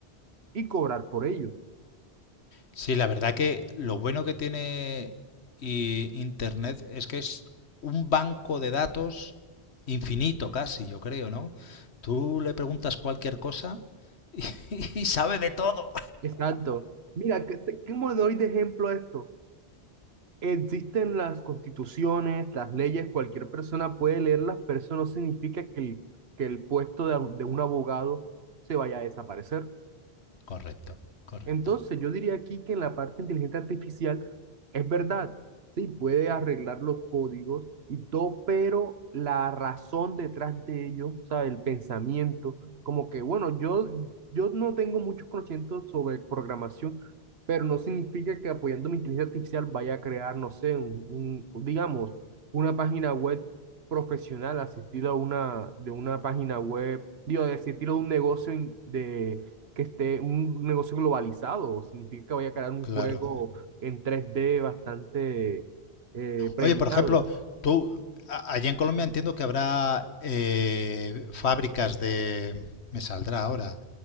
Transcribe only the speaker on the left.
Sí, la verdad que lo bueno que tiene i- Internet es que es un banco de datos infinito casi, yo creo, ¿no? Tú le preguntas cualquier cosa y, <laughs> y sabe de todo.
Correcto, correcto.
Claro.
Oye, por ejemplo, tú, a- allá en Colombia entiendo que habrá eh, fábricas de, me saldrá ahora,